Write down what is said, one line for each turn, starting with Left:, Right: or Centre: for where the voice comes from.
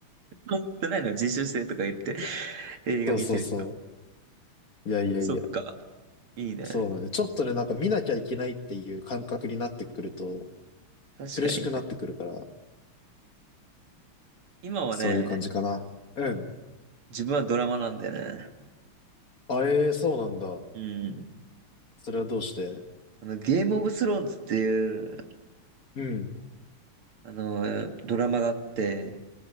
Right: 持ってないのよ、自主性とか言って映画見てる。
Left: そうそうそう。いやいやいや。
Right: そっか。いいね。
Left: そうなのね。ちょっとね、なんか見なきゃいけないっていう感覚になってくると、
Right: 確かにね。
Left: 苦しくなってくるから、
Right: 今はね、
Left: そういう感じかな。うん。
Right: 自分はドラマなんだよね。
Left: あえそうなんだ。
Right: うん。
Left: それはどうして
Right: あの、ゲームオブスローンズっていう、
Left: うん。
Right: あの、ドラマがあって、